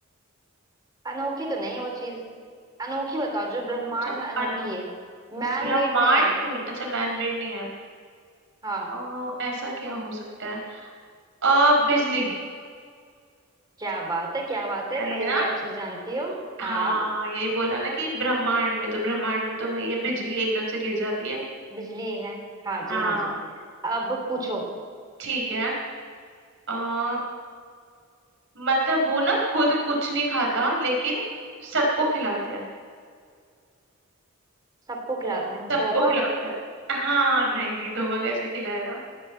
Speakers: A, on the right; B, on the right.
A: अनोखी तो नहीं है वो चीज अनोखी बताओ जो ब्रह्मांड
B: अच्छा
A: में अनोखी
B: अनु
A: है मैन
B: ब्रह्मांड
A: मेड नहीं है
B: में अच्छा मैन मेड नहीं है
A: हाँ
B: आ, ऐसा क्या हो सकता है आ, बिजली
A: क्या बात है क्या बात है
B: सही
A: पहेली
B: है ना
A: अच्छे से जानती हो
B: हाँ
A: हाँ
B: यही बोला ना कि ब्रह्मांड में तो ब्रह्मांड में तो वही है बिजली एकदम से गिर जाती है
A: बिजली है हाँ
B: हाँ
A: जी हाँ जी अब पूछो
B: ठीक है आ, मतलब वो ना खुद कुछ नहीं खाता लेकिन सबको खिलाते हैं
A: सबको खिलाते हैं
B: सबको
A: धोखा
B: खिलाता है हाँ नहीं नहीं धोखा कैसे खिलाएगा